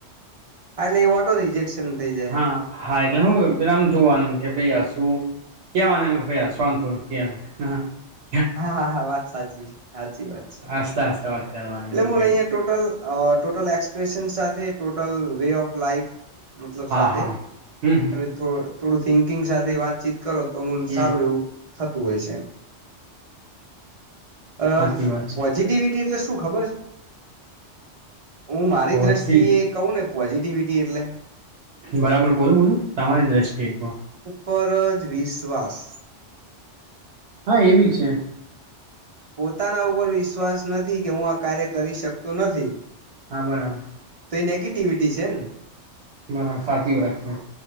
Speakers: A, on the right; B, on the right.
A: એટલે એ વોટો રિજેક્શન થઇ જાય
B: હા હા એટલે હું પેલામ જોવાનુંમ કે ભાઈ આ શું કવાને એમ કે ભાઈ સન ફોરું ક
A: હા હા હા વાત સાચી છે સાચી વાત છે
B: હસતા હસતા વાત કરવાની
A: એટલે
B: બીજું
A: હું
B: કઈ
A: અહં
B: નઈ
A: ટોટલ અ ટોટલ એક્સપ્રેશન સાથે ટોટલ વે ઓફ લાાઈફ મતલબ
B: હા
A: સાથે
B: હા હમ
A: તમે થોડ થોડું થિંકિંગ સાથે વાતચીત કરો તો મૂલ
B: હમ
A: સારું એવું થતું હોય છે અ
B: સાચી વાત છે
A: પોઝિટિવિટી એટલે શું ખબર છે હું મારી
B: પછી
A: દ્રષ્ટિ એ કહું ને પોઝિટિવિટી એટલે
B: બરાબર બોલો બોલું તમારી દ્રષ્ટિએ
A: પર જ વિશ્વાસ
B: હા એ બી છે
A: પોતાના ઉપર વિશ્વાસ નથી કે હું આ કાર્યક કરી શકતો નથી
B: હા બરાબર
A: તો એ નેગેટિવિટી છે ને
B: બરાબ સાચી વાત છે